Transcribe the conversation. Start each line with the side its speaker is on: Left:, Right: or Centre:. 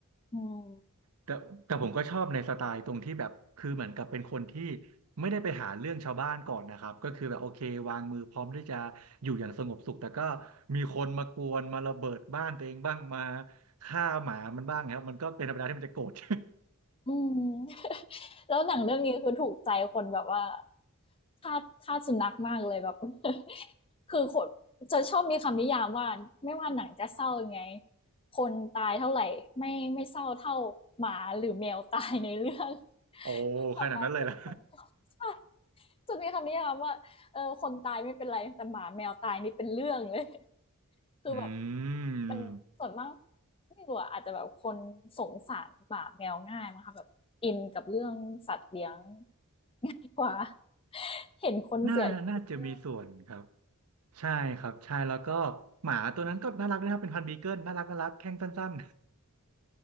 Left: อืม
Right: แต่แต่ผมก็ชอบในสไตล์ตรงที่แบบคือเหมือนกับเป็นคนที่ไม่ได้ไปหาเรื่องชาวบ้านก่อนนะครับก็คือแบบโอเควางมือพร้อมที่จะอยู่อย่างสงบสุขแต่ก็มีคนมากวนมาระเบิดบ้านตัวเองบ้างมาฆ่าหมามันบ้างครับมันก็เป็นธรรมดาที่มันจะโกรธ <laughs>
Left: อืม แล้วหนังเรื่องนี้คือถูกใจคนแบบว่าทาสทาสสุนัขมากเลยแบบ <laughs> คือคนจะชอบมีคำนิยามว่าไม่ว่าหนังจะเศร้ายังไงคนตายเท่าไหร่ไม่ไม่เศร้าเท่าหมาหรือแมวตายในเรื่อง <laughs>
Right: โอ้
Left: คือสามารถปลุกคน
Right: ขนาดนั้นเลยล่ะ
Left: <laughs> ใช่จะมีคำนิยามว่าเออคนตายไม่เป็นไรแต่หมาแมวตายนี่เป็นเรื่องเลย
Right: <laughs>
Left: คือแบบ
Right: อืม
Left: มันส่วนมาก
Right: <laughs>
Left: ไม่รู้อะอาจจะแบบคนสงสารหมาแมวง่ายมั้งคะแบบอินกับเรื่องสัตว์เลี้ยงง่ายกว่า <laughs> เห็นคนเสียชีวิต
Right: น่าน่าจะมีส่วนครับใช่ครับใช่แล้วก็หมาตัวนั้นก็น่ารักนะครับเป็นพันธุ์บีเกิลน่ารักน่ารักแข้งสั้น